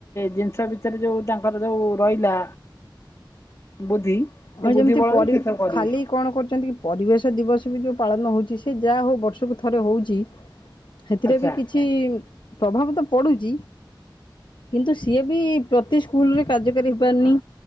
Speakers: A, on the left; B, on the left.
A: ଜିନିଷ ଭିତରେ ଯୋଉ ତାଙ୍କର ଯୋଉ ରହିଲା ବୁଦ୍ଧି ସେ
B: ଅ
A: ବୁଦ୍ଧି
B: ଯେମିତି
A: ବଳରେ
B: ପରି
A: ସେ ସବୁ କରିବେ
B: ଖାଲି କଣ କରୁଚନ୍ତି କି ପରିବେଶ ଦିବସ ବି ଯୋଉ ପାଳନ ହୋଉଚି ସେ ଯାହା ହଉ ବର୍ଷକୁ ଥରେ ହୋଉଚି। ହେଥିରେ
A: ଆଚ୍ଛା।
B: ବି କିଛି ପ୍ରଭାବ ତ ପୁଡ଼ୁଚି କିନ୍ତୁ ସିଏ ବି ପ୍ରତି ସ୍କୁଲରେ କାର୍ଯ୍ୟକାରୀ ହେଇପାରନି